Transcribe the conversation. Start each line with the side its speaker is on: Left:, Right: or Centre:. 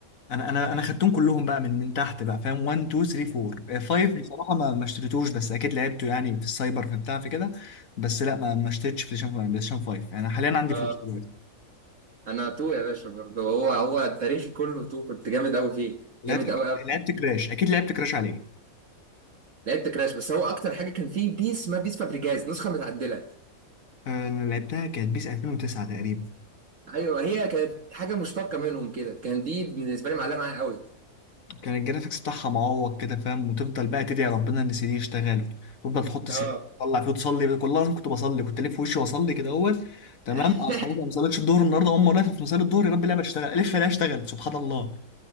Left: انا انا انا خدتهم كلهم بقى من من تحت بقى فاهم 1 2 3 4 5 بصراحه ما ما اشتريتوش بس اكيد لعبته يعني في السايبر في بتاع في كده بس لا ما ما اشتريتش بلاي ستيشن 5 بلاي ستيشن 5 انا حاليا عندي
Right: آه،
Left: 4 دلوقتي
Right: أنا 2 يا باشا برضو هو هو التاريخ كله 2 كنت جامد أوي فيه
Left: لعبت
Right: جامد أوي أوي
Left: لعبت كراش اكيد لعبت كراش عليه
Right: لعبت كراش بس هو أكتر حاجة كان فيه بيس ما بيس فابريجاز نسخة متعدلة
Left: آه، انا لعبتها كانت بيس 2009 تقريبا
Right: أيوة هي كانت حاجة مشتقة منهم كده كان دي بالنسبة لي معلقة معايا أوي
Left: كان الجرافيكس بتاعها معوق كده فاهم وتفضل بقى تدعي ربنا ان سي دي يشتغل تفضل تحط
Right: اه
Left: سي دي تطلع فيه وتصلي كل لازم كنت بصلي كنت الف وشي واصلي كده اول تمام
Right: <laughs>
Left: أنا خلاص أنا ما صليتش الظهر النهارده اقوم وانا واقف في مصلي الظهر يا رب اللعبه تشتغل الف الاقيها اشتغلت سبحان الله